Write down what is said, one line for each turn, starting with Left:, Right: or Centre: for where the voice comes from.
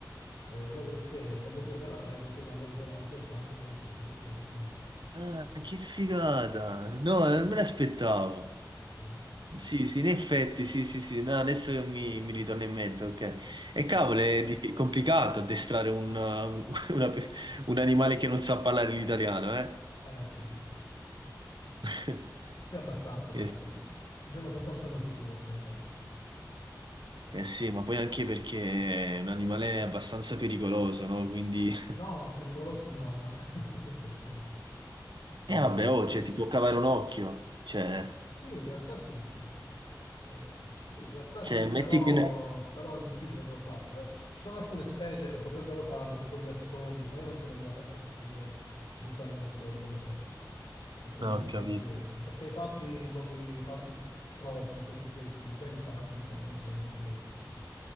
Left: eh, dopodiché quando prende la preda tu vai a recuperare sia il falco che la preda, questa è la falconeria.
Right: Ah, che figata, no, non me l'aspettavo.
Left: Sì,
Right: Sì, sì, in effetti, sì, sì, sì, no, adesso che mi, mi ritorna in mente, ok.
Left: sì.
Right: E cavolo, è dif- complicato addestrare un, uh, un- <laughs> una pe- un animale che non sa parlare l'italiano, eh?
Left: Eh, sì, sì, sì.
Right: <laughs>
Left: Sì, abbastanza, dai.
Right: Eh,
Left: no? Diciamo che forse non tutti lo possono fare.
Right: eh sì, ma poi anche perché è un animale abbastanza pericoloso, no? Quindi... <laughs>
Left: No, pericolosi no, dai. <laughs> Che pericolosi. No,
Right: E vabbè,
Left: dai.
Right: oh, cioè, ti può cavare un occhio, cioè,
Left: Sì, in realtà sì. Eh, sì, in realtà
Right: cioè,
Left: sì,
Right: metti
Left: però,
Right: che... ne-
Left: però è difficile che lo faccia. Ecco. Ci sono alcune specie che potrebbero farlo, tipo gli astori, ma io non sono arrivato ancora a questo livello di usare gli astori, per esempio, oppure
Right: No,
Left: gli
Right: ho
Left: sparvieri,
Right: capito.
Left: perché i falchi, proprio i falchi propri, cosiddetti, i veri falchi, diciamo, non sono molto pericolosi.